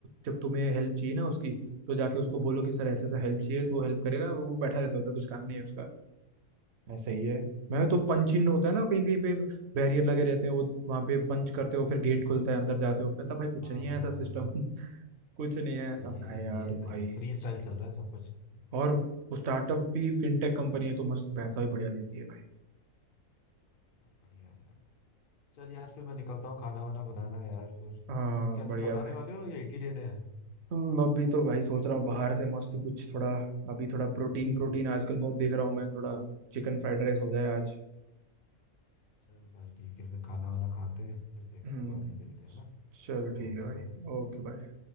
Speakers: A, on the right; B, on the left.
A: जब तुम्हें हेल्प चाहिए ना उसकी तो जाके उसको बोलो कि सर ऐसे
B: चलो
A: ऐसा हेल्प चाहिए तो हेल्प करेगा वो वो बैठा रहता है उधर कुछ काम नहीं है उसका हाँ, सही है मैं तो पंच इन होता है ना कहीं कहीं पे बैरियर लगे रहते हैं वो वहां पे पंच करते हो फिर गेट खुलता है अंदर जाते हो कहता भाई कुछ
B: हाँ
A: नहीं है
B: हाँ
A: ऐसा सिस्टम
B: हाँ हाँ।
A: <laughs> कुछ नहीं है ऐसा
B: सही है यार
A: है यार
B: ये सही
A: भाई
B: है फ्री स्टाइल चल रहा है सब कुछ <laughs> यार
A: और वो स्टार्टअप भी फिनटेक कंपनी है तो मस्त पैसा भी बढ़िया देती है भाई
B: बढ़िया है यार चल यार फिर मैं निकलता हूँ खाना वाना बनाना है यार फिर
A: हाँ
B: तुम क्या
A: बढ़िया
B: तुम बनाने
A: भाई
B: वाले हो या इडली लेने हैं
A: हम अभी तो भाई सोच रहा हूँ बाहर से मस्त कुछ थोड़ा अभी थोड़ा प्रोटीन प्रोटीन आजकल बहुत देख रहा हूँ मैं थोड़ा चिकन फ्राइड राइस हो जाए
B: हाँ,
A: आज
B: चल भाई ठीक है फिर खाना वाना खाते हैं फिर देखते
A: हम्म
B: हैं बाद में मिलते हैं ना
A: चलो ठीक
B: ओके
A: है भाई
B: भाई
A: Okay bye